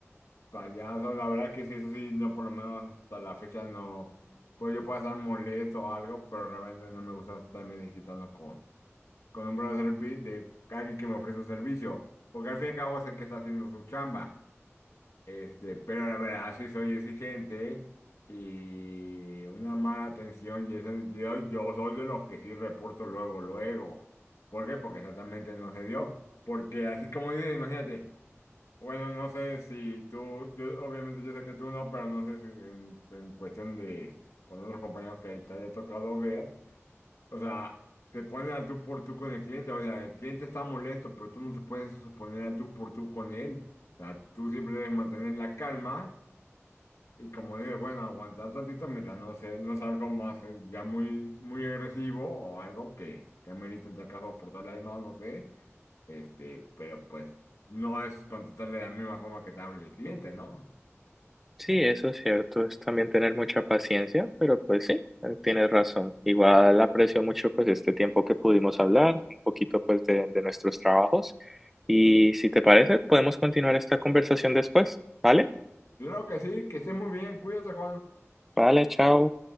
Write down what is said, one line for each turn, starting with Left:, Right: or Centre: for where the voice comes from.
Left: payasos, la verdad que sí, eso sí, no por lo menos hasta la fecha no, pues yo puedo estar molesto o algo, pero realmente no me gusta estarme desquitando con, con un buen servicio de alguien que me ofrece un servicio, porque al fin y al cabo sé que está haciendo su chamba. Este, pero la verdad sí soy exigente y una mala atención y ese sentido, yo soy de los que sí reporto luego, luego. ¿Por qué? Porque exactamente no se dio. Porque así como dices, imagínate, bueno, no sé si tú, yo- obviamente yo sé que tú no, pero no sé si en, en cuestión de con otros compañeros que te haya tocado ver. O sea, se ponen al tú por tú con el cliente. O sea, el cliente está molesto, pero tú no te puedes poner al tú por tú con él. O sea, tú siempre debes mantener la calma y como dije, bueno, aguantar tantito mientras no sé, no sea algo más eh, ya muy, muy agresivo o algo que, que amerite en tal caso portarle además, no sé. Este, pero pues no es contestarle de la misma forma que te hable el cliente, ¿no?
Centre: Sí, eso es cierto, es también tener mucha paciencia, pero pues sí, eh, tienes razón. Igual aprecio mucho pues este tiempo que pudimos hablar, un poquito pues de, de nuestros trabajos y si te parece, podemos continuar esta conversación después, ¿vale?
Left: Claro que sí, que estés muy bien, cuídate, Juan.
Centre: Vale, chao.